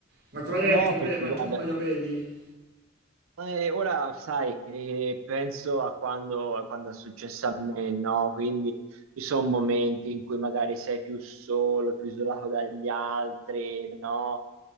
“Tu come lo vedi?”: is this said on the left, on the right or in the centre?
Right